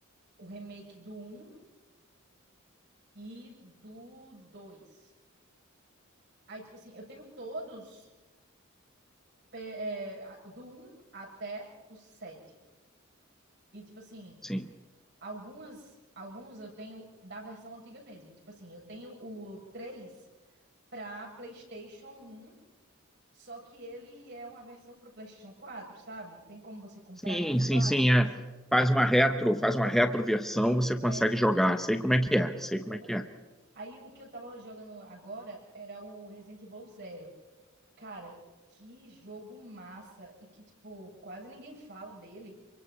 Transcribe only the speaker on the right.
o remake do um e do 2. Aí, tipo assim, eu tenho todos pe- é, a- do um até o sete E, tipo assim,
algumas, alguns eu tenho da versão antiga mesmo. Tipo assim, eu tenho o 3 para PlayStation um só que ele é uma versão para o PlayStation quatro sabe? Tem como você comprar
esses
clássicos?
É,
exatamente.
Aí o que eu tava jogando agora era o Resident Evil Zero. Cara, que jogo massa! E que, tipo, quase ninguém fala dele.